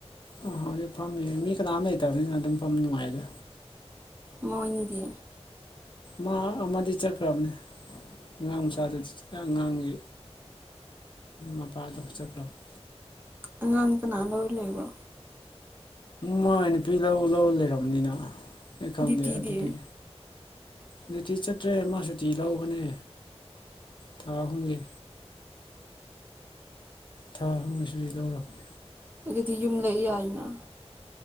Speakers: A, on the left; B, on the right.
A: ꯑꯣ ꯍꯧꯖꯤꯛ ꯐꯝꯃꯤꯌꯦ ꯃꯤ ꯀꯅꯥꯝ ꯂꯩꯇꯕꯅꯤꯅ ꯑꯗꯨꯝ ꯐꯝ ꯅꯨꯡꯉꯥꯏꯗ
B: ꯃꯣꯏꯅꯤꯗꯤ
A: ꯃꯥ ꯑꯃꯗꯤ ꯆꯠꯈ꯭ꯔꯕꯅꯦ ꯑꯉꯥꯡ ꯃꯆꯥꯗꯨ ꯑꯉꯥꯡꯒꯤ ꯃꯄꯥꯗꯨ ꯆꯠꯈ꯭ꯔꯕꯅ‌ꯦ
B: ꯑꯉꯥꯡ ꯀꯅꯥ ꯂꯣꯏ ꯂꯩꯕ꯭ꯔꯣ
A: ꯃꯥꯏ ꯅꯨꯄꯤ ꯂꯧ ꯂꯧ ꯂꯩꯔꯝꯅꯤꯅ ꯑꯩ ꯈꯪꯗꯦ
B: ꯗ꯭ꯌꯨꯇꯤꯗꯤ
A: ꯑꯗꯨꯗꯤ ꯅꯨꯡꯇꯤ ꯆꯠꯇ꯭ꯔꯦ ꯃꯥ ꯁꯨꯇꯤ ꯂꯧꯕꯅꯦ ꯊꯥ ꯑꯍꯨꯝꯒꯤ ꯊꯥ ꯑꯍꯨꯝ ꯁꯨꯇꯤ ꯂꯩꯔꯕ‌‌ꯅ‌ꯦ
B: ꯑꯗꯨꯗꯤ ꯌꯨꯝ ꯂꯩ ꯌꯥꯏꯅ